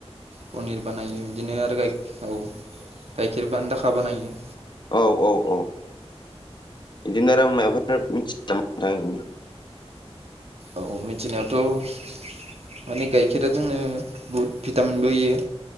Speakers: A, on the right; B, on the left.
A: पनिर बानायो बिदिनो आरो गाइ औ गाइखेर बानदाखा बानायो।
B: औ-औ-औ इदिनो आरो मायबाफोर मिथि <unintelligible>
A: औ-औ मिथिनायाथ'। माने गाइखेरा जोंनो बहुत भिटामिनबो होयो।